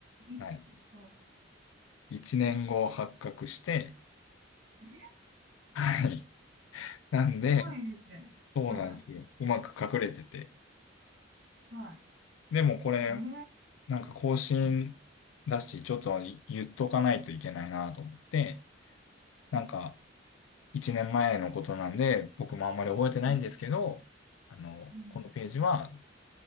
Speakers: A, on the right (about 60°); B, on the left (about 80°).
A: いいですかはい。
B: はい、1年後発覚して、
A: <laughs>
B: はい。なんで、
A: すごいですね。
B: そうなんですよ。
A: は
B: うまく隠れてて。
A: い、は
B: でもこれ、
A: い。ええ
B: なんか更新だし、ちょっと言っとかないといけないなと思って、なんか
A: う
B: 1年前のことなんで、僕もあんまり覚えてないんですけど、
A: ん、
B: あの、
A: うん、
B: このページは、